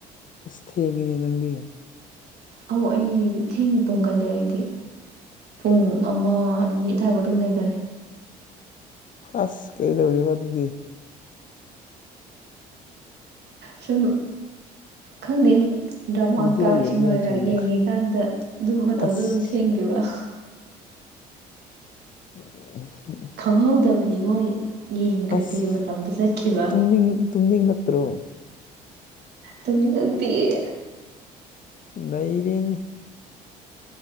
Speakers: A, on the left (about 40°); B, on the right (about 60°).
A: ꯑꯁ ꯊꯦꯡꯉꯤꯅꯦ ꯅꯪꯗꯤ
B: ꯑꯧ ꯑꯩ ꯊꯦꯡꯅ ꯇꯣꯡꯒꯜꯂꯦ ꯑꯩꯗꯤ ꯄꯨꯡ ꯄꯨꯡ ꯑꯃ ꯑꯅꯤ ꯑꯗꯨꯋꯥ ꯐꯥꯎ ꯑꯗꯨꯝ ꯂꯩꯒꯜꯂꯦ
A: ꯑꯁ! ꯀꯩꯗꯧꯔꯤꯕ ꯑꯗꯨꯗꯤ
B: ꯁꯨꯝ ꯈꯪꯗꯦ ꯗ꯭ꯔꯃꯥ
A: ꯚꯤꯗꯤꯑꯣ
B: ꯀꯩꯀꯥ
A: ꯌꯦꯡꯉꯤꯔ
B: ꯁꯤꯅꯦꯃꯥ ꯀꯩꯀꯥ
A: ꯆꯨꯝꯅ
B: ꯌꯦꯡꯉꯤꯀꯥꯟꯗ ꯑꯗꯨꯝ ꯃꯇꯝꯗꯣ
A: ꯑꯁ
B: ꯑꯗꯨꯝ ꯊꯦꯡꯈꯤꯕ ꯍꯥ
A: ꯎꯝ
B: ꯈꯪꯍꯧꯗꯕꯅꯤꯉꯣ ꯌꯦꯡꯈ꯭ꯔꯗꯤ
A: ꯑꯁ
B: ꯃꯇꯝꯗꯨ ꯆꯠꯈꯤꯕ꯫
A: ꯇꯨꯝꯅꯤꯡ ꯇꯨꯝꯅꯤꯡꯂꯛꯇ꯭ꯔꯣ꯫
B: ꯇꯨꯝꯅꯤꯡ ꯉꯛꯇꯤꯌꯦ꯫
A: ꯅꯩꯔ‌ꯦꯅ‌ꯦ꯫